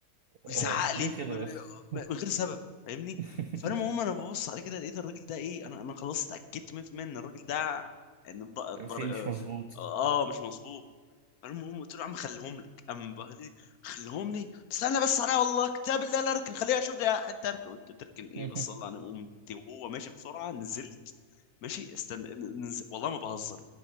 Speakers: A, on the right; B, on the left.
A: أوه
B: ويزعق لي
A: ليه كده
B: ويقول
A: بس
B: لي م- من غير سبب فاهمني
A: <laughs>
B: فالمهم انا ببص عليه كده لقيت الراجل ده ايه انا انا خلاص اتاكدت 100% ان الراجل ده ان الض... الضر...
A: في مش مظبوط
B: اه آه، مش مظبوط المهم قلت له يا عم خليهم لك قام بقى لي خليهم لي استنى بس عليا والله كتاب الله لا اركن خليها اشوف ده انت اركن قلت له تركن ايه
A: <laughs>
B: بس الله انا قمت وهو ماشي بسرعه نزلت ماشي استم... نز... والله ما بهزر